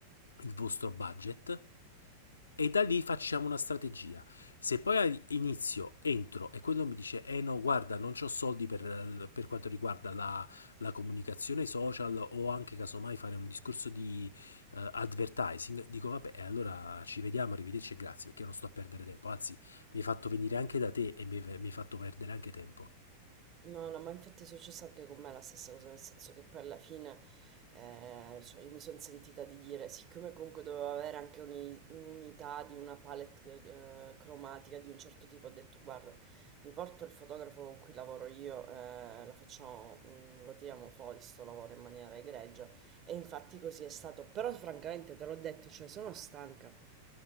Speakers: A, on the left; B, on the right.
A: il vostro budget e da lì facciamo una strategia. Se poi inizio, entro e quello mi dice, eh no, guarda, non ho soldi per, per quanto riguarda la, la comunicazione social o anche casomai fare un discorso di eh, advertising, dico vabbè, e allora ci vediamo, arrivederci e grazie, perché io non sto a perdere tempo, anzi mi hai fatto venire anche da te e mi hai, mi hai fatto perdere anche tempo.
B: no, no, ma infatti è successo anche con me la stessa cosa, nel senso che poi alla fine eh, cioè io mi sono sentita di dire, siccome comunque dovevo avere anche uni- un'unità di una palette eh, cromatica di un certo tipo, ho detto guarda, mi porto il fotografo con cui lavoro io, eh, lo facciamo, mm, lo tiriamo fuori sto lavoro in maniera egregia e infatti così è stato, però francamente te l'ho detto, cioè sono stanca.